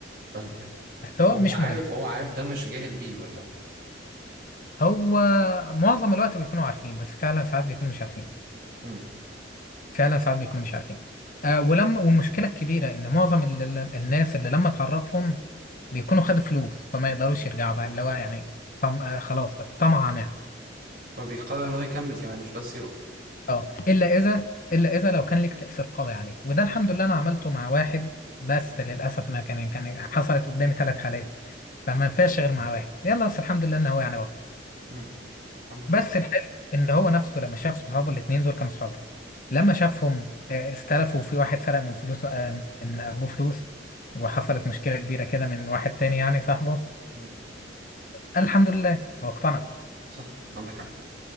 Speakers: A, on the right (about 50°); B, on the left (about 45°).
A: فاهمك
B: بس هو
A: وهو
B: مش
A: عارف
B: مهم
A: هو عارف ده مش جاهل بيه ولا
B: هو معظم الوقت بيكونوا عارفين بس فعلا ساعات بيكونوا مش عارفين
A: امم
B: فعلا ساعات بيكونوا مش عارفين آه، ولما والمشكله الكبيره ان معظم ال- ال- الناس اللي لما تعرفهم بيكونوا خدوا فلوس فما يقدروش يرجعوا بقى اللي هو يعني طم... آه خلاص الطمع نام
A: فبيقرر ان هو يكمل كمان مش بس يقف
B: اه الا اذا الا اذا لو كان ليك تاثير قوي عليه وده الحمد لله انا عملته مع واحد بس للاسف انا كان كان حصلت قدامي ثلاث حالات فما ينفعش غير مع واحد يلا بس الحمد لله ان هو يعني بطل
A: امم الحمد
B: بس
A: لله
B: الحلو ان هو نفسه لما شاف صحابه الاثنين دول كانوا صحابه لما شافهم آه، استلفوا في واحد سرق من فلوسه آه، من ابوه فلوس وحصلت مشكله كبيره كده من واحد تاني يعني صاحبه
A: امم
B: فالحمد لله هو اقتنع
A: صح عندك حق